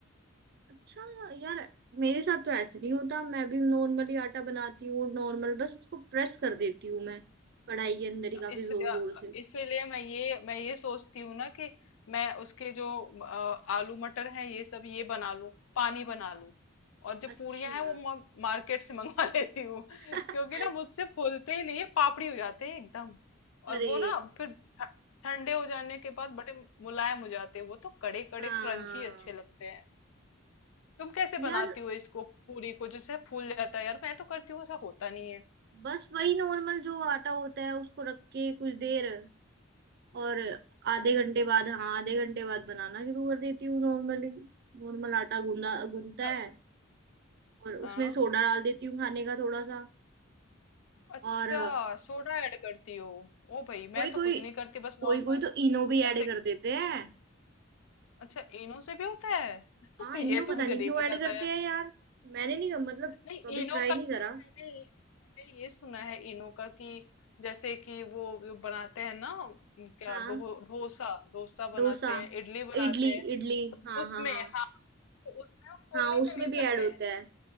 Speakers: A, on the right; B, on the left.
A: अच्छा यार मेरे साथ तो ऐसे नहीं होता मैं भी नॉर्मली आटा बनाती हूँ नॉर्मल बस उसको प्रेस कर देती हूँ मैं कढ़ाई के अंदर ही काफी
B: इस
A: जोर
B: इसलिए
A: जोर से
B: इसीलिए मैं ये मैं ये सोचती हूँ ना कि मैं उसके जो अ, आलू मटर हैं ये सब ये बना लूं पानी बना लूं और जो
A: अच्छा
B: पूरियां हैं वो मार्केट से मंगवा <laughs> लेती हूँ
A: <laughs>
B: क्योंकि ना मुझसे फूलते ही नहीं है पापड़ी हो जाते हैं एकदम
A: अरे
B: और वो ना फिर ठ- ठंडे हो जाने के बाद बड़े मुलायम हो जाते हैं वो तो कड़े कड़े
A: हाँ
B: क्रंची अच्छे लगते हैं तुम कैसे
A: यार
B: बनाती हो इसको पूरी को जैसे फूल जाता है यार मैं तो करती हूँ ऐसा होता नहीं है
A: बस वही नॉर्मल जो आटा होता है उसको रख के कुछ देर और आधे घंटे बाद हाँ आधे घंटे बाद बनाना शुरू कर देती हूँ नॉर्मली नॉर्मल आटा गूंदा गूंदता
B: अच्छा,
A: है और उसमें
B: हाँ
A: सोडा डाल देती हूँ खाने का थोड़ा सा
B: अच्छा
A: और
B: सोडा ऐड करती हो ओ भाई
A: कोई
B: मैं तो
A: कोई
B: कुछ नहीं करती बस नॉर्मल
A: कोई कोई तो इनो भी
B: ऐसे
A: ऐड कर देते हैं
B: अच्छा इनो से भी होता है <laughs>
A: हाँ इनो
B: ये
A: पता
B: तो मुझे
A: नहीं
B: नहीं
A: क्यों
B: पता
A: ऐड करते
B: था यार
A: हैं यार मैंने नहीं मतलब
B: नहीं
A: कभी
B: इनो
A: ट्राई
B: का
A: नहीं
B: तो
A: करा
B: मैंने मैंने ये सुना है इनो का कि जैसे कि वो जो बनाते हैं ना उम, क्या
A: हाँ
B: डो, डोसा डोसा
A: डोसा
B: बनाते हैं इडली बनाते
A: इडली
B: हैं
A: इडली
B: तो
A: हाँ
B: उसमें
A: हाँ हाँ
B: हाँ तो उसमें वो फूलने
A: हाँ उसमें
B: के लिए
A: भी
B: करते
A: ऐड होता
B: हैं
A: है